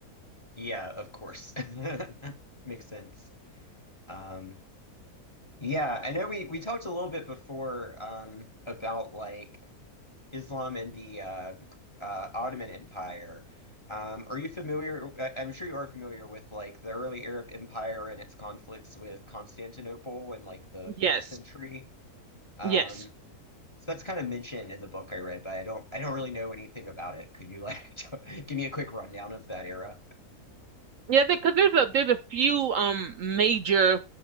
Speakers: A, on the left (about 20°); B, on the right (about 65°).
A: Yeah, of course. <laughs> Makes sense. Um, yeah, I know we we talked a little bit before um about like Islam and the uh, uh Ottoman Empire. Um, are you familiar? I- I'm sure you are familiar with like the early Arab Empire and its conflicts with Constantinople in like the fifth
B: Yes.
A: century. Um,
B: Yes.
A: so that's kind of mentioned in the book I read, but I don't I don't really know anything about it. Could you like <laughs> give me a quick rundown of that era?
B: Yeah, because there's a there's a few um major